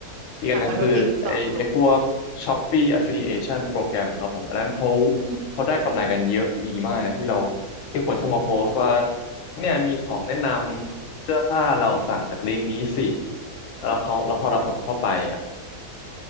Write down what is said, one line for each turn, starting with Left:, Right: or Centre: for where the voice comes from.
Left: อีกอันหนึ่งคือไอไอพวก
Right: ค่ะขอโทษทีต่อค่
Left: Shopee Affiliation โปรแกรมครับผมอันนั้นเขา
Right: ะ
Left: เขาได้กำไรกันเยอะดีมากนะที่เราที่คนชอบมาโพสต์ว่าเนี่ยมีของแนะนำเสื้อผ้าเราสั่งจากลิงก์นี้สิแล้วเขาแล้วพอเรากดเข้าไปอ่ะ